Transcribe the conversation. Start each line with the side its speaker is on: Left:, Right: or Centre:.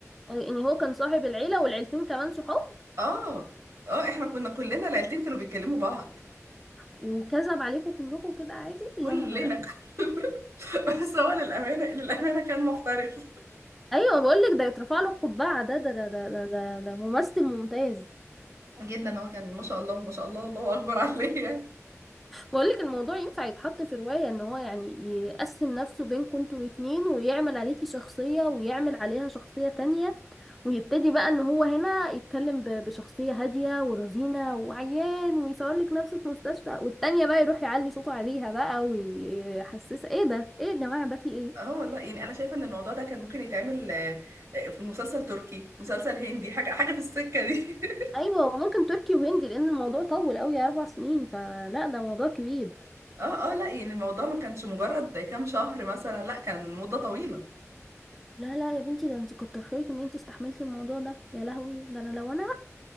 Centre: يعني هو كان صاحب العيلة والعيلتين كمان صحاب
Right: اه اه احنا كنا كلنا العيلتين كانوا بيتكلموا بعض
Centre: وكذب عليكم كلكم كده عادي يا
Right: كلنا
Centre: نهار
Right: <laughs> بس هو للامانه للامانه كان محترف
Centre: ايوه بقول لك ده يترفع له القبعه ده ده ده ده ده, ده, ده ممثل ممتاز
Right: <laughs> جدا هو كان ما شاء الله ما شاء الله الله اكبر عليه يعني.
Centre: بقول لك الموضوع ينفع يتحط في روايه ان هو يعني يقسم نفسه بينكم انتوا الاتنين ويعمل عليكي شخصيه ويعمل عليها شخصيه تانية ويبتدي بقى ان هو هنا يتكلم ب- بشخصيه هاديه ورزينه وعيان ويصور لك نفسه في مستشفى والتانية بقى يروح يعلي صوته عليها بقى ويحسسها ايه ده ايه يا جماعه ده في ايه
Right: اه والله يعني انا شايفه ان الموضوع ده كان ممكن يتعمل آه، آه، في مسلسل تركي مسلسل هندي حاجه حاجه في السكه دي <laughs>
Centre: ايوه وممكن تركي وهندي لان الموضوع طول قوي اربع سنين فلا ده موضوع كبير
Right: اه اه لا يعني الموضوع ما كانش مجرد كام شهر مثلا لا كان مده طويله
Centre: لا لا يا بنتي ده انت كتر خيرك ان انت استحملتي الموضوع ده يا لهوي ده انا لو انا